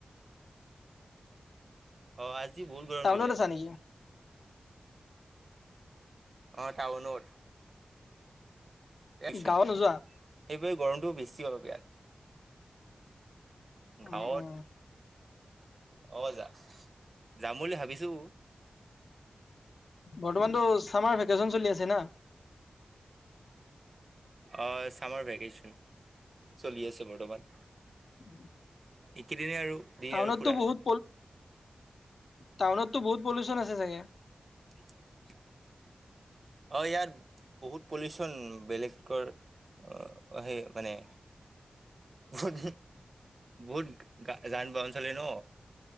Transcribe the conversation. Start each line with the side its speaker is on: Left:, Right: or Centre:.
Right: অ', আজি বহুত গৰম
Left: টাউনত
Right: দিলে।
Left: আছা নেকি
Right: অ', টাউনত। সেইবাবে
Left: গাঁৱত নোযোৱা
Right: গৰমটোও বেছি অলপ ইয়াত। গাঁৱত
Left: অ অ
Right: অ', যা যাম বুলি ভাবিছোঁ।
Left: বৰ্তমান টো চামাৰ ভেকেচন চলি আছে না
Right: অ', চামাৰ ভেকেচন চলি আছে বৰ্তমান
Left: উম <inaudible>
Right: এইকেইদনেই আৰু দিন
Left: টাউনতো
Right: আৰু ফুৰাৰ
Left: বহুত টাউনততো বহুত পলিউচন আছে চাগে
Right: <inaudible> অ', ইয়াত বহুত পলিউচন বেলেগৰ অ', সেই মানে বহুত, বহুত যান বাহন ন।